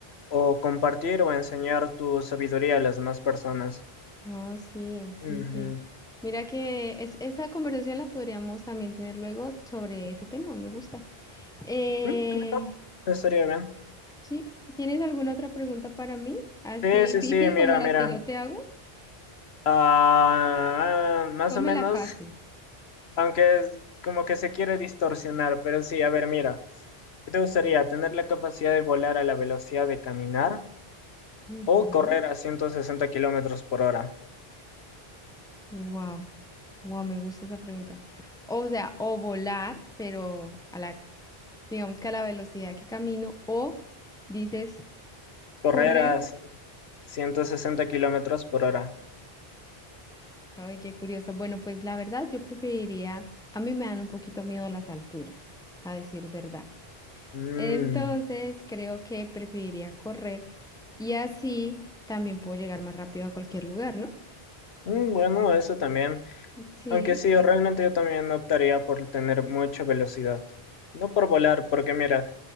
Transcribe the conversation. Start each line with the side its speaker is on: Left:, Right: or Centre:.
Left: o compartir o enseñar tu sabiduría a las demás personas.
Centre: Oh, sí, sí,
Left: Ujú.
Centre: sí. Mira que es- esa conversación la podríamos también tener luego sobre ese tema, me gusta. Eh,
Left: Mm, claro, Estaría bien.
Centre: Sí, ¿tienes alguna otra pregunta para mí? Así
Left: Sí, sí,
Centre: difícil
Left: sí, mira,
Centre: como las
Left: mira.
Centre: que yo te hago.
Left: Ah, más
Centre: Pónmela
Left: o menos,
Centre: fácil.
Left: <laughs> aunque es como que se quiere distorsionar, pero sí, a ver, mira. ¿Qué te gustaría? ¿Tener la capacidad de volar a la velocidad de caminar
Centre: Ujú.
Left: o correr a 160 kilómetros por hora?
Centre: Wow. Wow, me gusta esa pregunta. O sea, o volar, pero a la, digamos que a la velocidad que camino, o dices
Left: Correr
Centre: correr.
Left: a 160 kilómetros por hora.
Centre: Ay, qué curioso. Bueno, pues la verdad, yo preferiría, a mí me dan un poquito miedo las alturas, a decir verdad.
Left: Mm,
Centre: Entonces, creo que preferiría correr y así también puedo llegar más rápido a cualquier lugar, ¿no?
Left: mm, bueno, eso también.
Centre: Sí,
Left: Aunque sí, realmente yo también optaría por tener mucha velocidad. No por volar, porque mira,